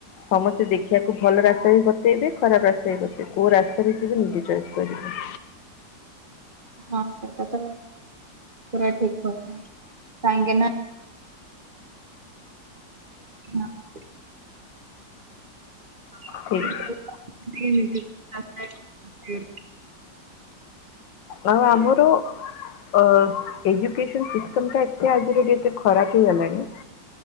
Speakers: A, on the left; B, on the right.
A: ସମସ୍ତେ ଦେଖିବାକୁ ଭଲ ରାସ୍ତା ବି ବତେଇଦେବେ। ଖରାପ ରାସ୍ତା ବି ଵତେଇଦେବେ କୋଉ ରାସ୍ତାରେ ଯିବେ ନିଜେ ଚଏସ୍ କରିବେ।
B: ହଁ ସେଟା ତ ପୁରା ଠିକ୍ କଥା କାହିଁକି ନା <inaudible> <inaudible> <inaudible>
A: ଠିକ୍ ଆଉ ଆମର ଓ ଏଜୁକସନ ସିଷ୍ଟମଟା ଏତେ ଆଜିର ଡେଟରେ ଖରାପ ହେଇଗଲାଣି‌